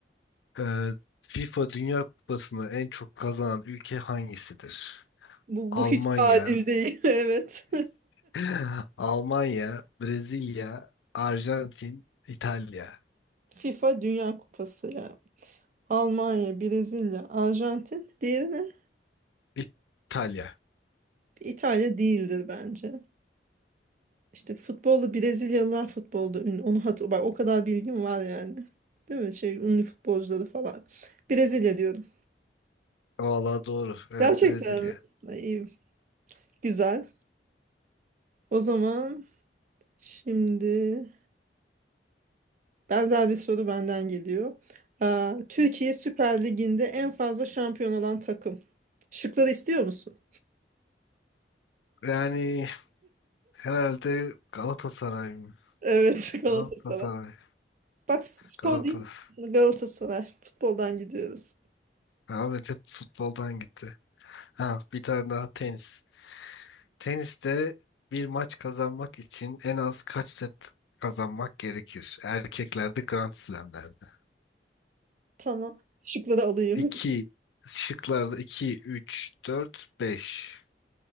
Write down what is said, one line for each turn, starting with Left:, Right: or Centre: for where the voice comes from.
Left: Ee, FIFA Dünya Kupası'nı en çok kazanan ülke hangisidir?
Right: Bu,
Left: Almanya,
Right: bu hiç adil değil. <laughs> Evet.
Left: <laughs> Almanya, Brezilya, Arjantin, İtalya.
Right: FIFA Dünya Kupası ya. Almanya, Brezilya, Arjantin. Diğeri ne?
Left: İtalya.
Right: İtalya değildir bence. İşte futbolu Brezilyalılar futbolda ünlü. Onu hatır bak o kadar bilgim var yani. Değil mi? Şey ünlü futbolcuları falan. Brezilya diyorum.
Left: Valla doğru. Evet
Right: Gerçekten
Left: Brezilya.
Right: mi? Ay, iyi. Güzel. O zaman şimdi benzer bir soru benden geliyor. Aa, Türkiye Süper Ligi'nde en fazla şampiyon olan takım. Şıkları istiyor musun?
Left: Yani herhalde Galatasaray mı?
Right: Evet, <laughs> Galatasaray.
Left: Galatasaray.
Right: Bak spor
Left: Galatasaray.
Right: değil Galatasaray. Futboldan gidiyoruz.
Left: Ahmet hep futboldan gitti. Ha bir tane daha tenis. Teniste bir maç kazanmak için en az kaç set kazanmak gerekir? Erkeklerde Grand Slam'lerde.
Right: Tamam. Şıkları alayım.
Left: 2 şıklarda 2, 3, 4, 5.